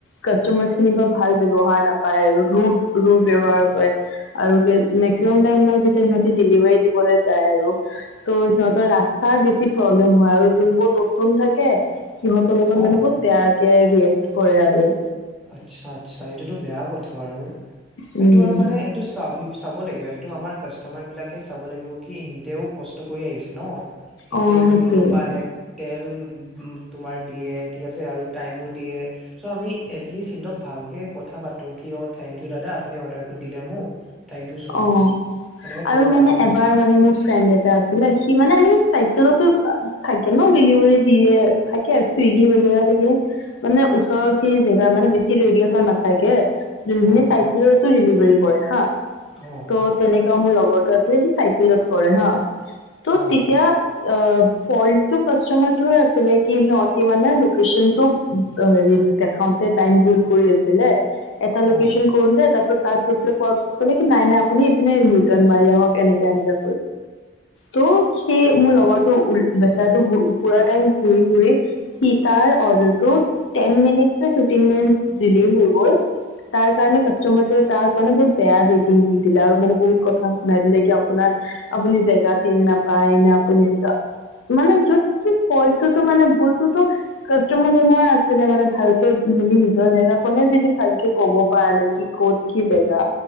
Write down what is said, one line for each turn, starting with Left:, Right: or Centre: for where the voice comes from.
Left: কাষ্টমাৰ খিনিপা ভাল ব্যৱহাৰ নাপায় আৰু ৰোড ৰোড ব্যৱহাৰ কৰে আৰু মেক্সিমাম টাইম মানে যে সিহঁতি ডেলিভাৰী দিবলে যায় আৰু ত' সিহঁতৰ ৰাস্তাৰ বেছি প্ৰব্লেম হয় আৰু যোনবোৰ নতুন থাকে সিহঁতৰ লগত
Centre: অ
Left: মানে, বহুত বেয়াকে বিহেভ কৰে আৰু।
Centre: আচ্ছা! আচ্ছা! এইটোতো বেয়া কথা বাৰু। সেইটো
Left: উম
Centre: আৰু মানে, এইটো চাবি চাব লাগিব। এইটো, আমাৰ কাষ্টমাৰ বিলাকে চাব লাগিব কি! ইহঁতেও কষ্ট কৰি আহিছে। ন'! সিহঁতে
Left: অ
Centre: ইমান
Left: সেইটোৱে
Centre: দূৰৰ পৰা আহে। তেল তোমাৰ দিয়ে, ঠিক আছে আৰু টাইমো দিয়ে। চ' আমি এটলিষ্ট সিহঁতক ভালকে কথা পাতোঁ কিয়! থেংক ইউ দাদা আপুনি অৰ্ডাৰটো দিলে মোক। থেংক ইউ চ'
Left: অ'!
Centre: মাচ এনেকে ক'ব
Left: আৰু মানে,
Centre: পাৰো ন
Left: এবাৰ মানে মোৰ ফ্ৰেণ্ড এটা আছিলে। সি মানে, চাইকেলতো থাকে ন' ডেলিভাৰীত দিয়ে থাকে আছে। চুইগি <unintelligible> দিয়ে। মানে, ওচৰ খিনি জেগা মানে বেছি ৰেডিঅচন নাথাকে। যোনখিনি
Centre: অ
Left: চাইকেলত ডেলিভাৰী কৰে হা!
Centre: অ'!
Left: ত' তেনেকা মোৰ লগৰটো আছিলে। সি চাইকেলত কৰে হা! ত'
Centre: অ
Left: তেতিয়া অ'! ফল্টো কাষ্টমাৰটোয়ে আছিলে। কি সিহঁতি মানে, লোকেশ্যনটো ৰ' হেৰিত দেখাওঁ। টাইম ভুল কৰি আছিলে। এটা
Centre: অ
Left: লোকেশ্যন কৰিলে। তাৰ পিছত, তাত গৈ পিলে পোৱাৰ পিছত ক'লে কি? নাই, নাই। আপুনি ইপিনে ৰিটাৰ্ন মাৰি আহক এনেকা, এনেকা। ত' সেই মোৰ লগৰটো বেচেৰাটো পুৰা টাইম ঘূৰি, ঘূৰি। সি তাৰ অৰ্ডাৰটোত তেনমিনিট নে ফিফটিন মিনিট দিলেই হৈ গ'ল। তাৰ কাৰনে, কাচতমাৰটোৱে তাক মানে বহুত বেয়া ৰেটিং দি দিলে আৰু মানে, বহুত কথা শুনাই দিলে! কি আপোনাৰ আপুনি জেগা চিনি নাপায়। নে আপুনি এ মানে, য'ত কি ফল্টটো মানে, ভুলটো কাষ্টমাৰ জনৰে আছিলে। মানে, ভালকে হেৰি নিজৰ জেগাকনে যদি ভালকে ক'ব পৰা নাই। কি ক'ত, কি জেগা।